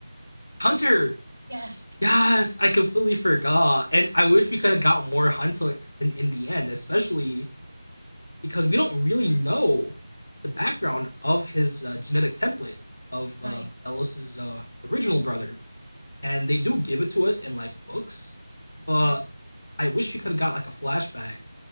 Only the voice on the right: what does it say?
Yes.
Right.
Right.